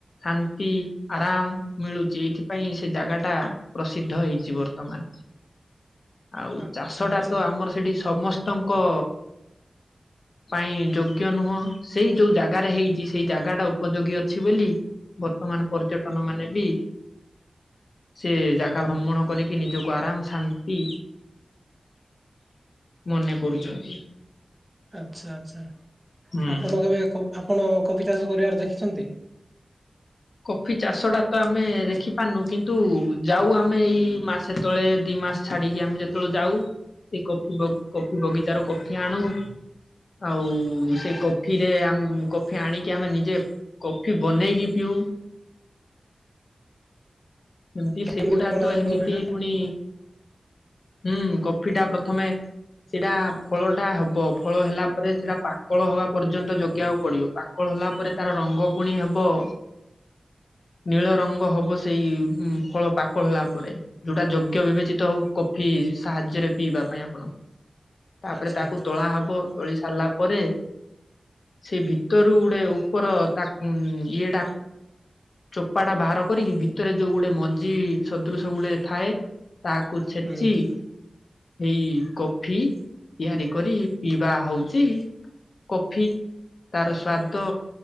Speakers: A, on the left; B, on the right.
A: ଶାନ୍ତି ଆରାମ ମିଳୁଛି ଏଇଥିପାଇଁ ସେ ଜାଗାଟା ପ୍ରସିଦ୍ଧ ହେଇଛି ବର୍ତ୍ତମାନ। ଆଉ
B: ଆଚ୍ଛା
A: ଚାଷ
B: ଆଚ୍ଛା
A: ଟା ତ ଆମର ସେଠି ସମସ୍ତଙ୍କ ପାଇଁ ଯୋଗ୍ୟ ନୁହଁ ସେଇ ଯୋଉ ଜାଗାରେ ହେଇଛି ସେଇ ଜାଗା ଟା ଉପଯୋଗ୍ୟ। ଅଛି ବୋଲି ବର୍ତ୍ତମାନ ପର୍ଯ୍ୟଟନ ମାନେ ବି ସେ ଜାଗା ଭ୍ରମଣ କରିକି ନିଜକୁ ଆରାମ ଶାନ୍ତି ମନେ କରୁଛନ୍ତି
B: ଆଚ୍ଛା ଆଚ୍ଛା
A: ହୁଁ।
B: ଆପଣ କେବେ ଆପଣ କଫି ଚାଷ କରିବାର ଦେଖିଛନ୍ତି?
A: କଫି ଚାଷ ଟା ତ ଆମେ ଦେଖିପାରୁନୁ କିନ୍ତୁ ଯାଉ ଆମେ ଏଇ ମାସେ ତଳେ ଦି ମାସ୍ ଛାଡିକି ଆମେ ଯେତେବେଳେ ଯାଉ ସେ କଫି କଫି କଫିବଗିଚା ରୁ କଫି ଆଣୁ। ଆଉ ସେ କଫିରେ ଆମ୍ କଫି ଆଣିକି ଆମେ ନିଜେ କଫି ବନେଇକି ପିଉ। ଏମିତି ସେଗୁଡା
B: କେମିତି ବନାଯାଏ
A: ତ ଏମିତି
B: କଫିଟା
A: ପୁଣି ହୁଁ କଫି ଟା ପ୍ରଥମେ ସେଟା ଫଳଟା ହବ ଫଳ ହେଲା ପରେ ସେଟା ପାକଳ ହବା ପର୍ଯ୍ୟନ୍ତ ଜଗିବାକୁ ପଡ଼ିବ। ପାକଳ ହେଲା ପରେ ତାର ରଙ୍ଗ ପୁଣି ହବ ନୀଳ ରଙ୍ଗ ହବ ସେଇ ହୁଁ ଫଳ ପାକଳ ହେଲା ପରେ ଯୋଉଟା ଯୋଗ୍ୟ ବିବେଚିତ ଆଉ କଫି ସାହାଯ୍ୟରେ ପିଇବା ପାଇଁ ଆପଣଙ୍କୁ। ତା
B: ଆଚ୍ଛା
A: ପରେ ତାକୁ
B: ଆଚ୍ଛା
A: ତୋଳା ହବ। ତୋଳି ସାରିଲା ପରେ ସେଇ ଭିତରୁ ଗୁଟେ ଉପର ତାକ୍ ଉଁ ଇଏ ଟା ଚୋପାଟା ବାହାର କରିକି ଭିତରେ ଯୋଉ ଗୋଟେ ମଞ୍ଜି ସଦୃଶ ଗୁଟେ ଥାଏ। ତାଆକୁ ଛେଚି
B: ହୁଁ ହୁଁ
A: ଏଇ କଫି ତିଆରି କରି ପିଇବା ହଉଛି କଫି ତାର ସ୍ୱାଦ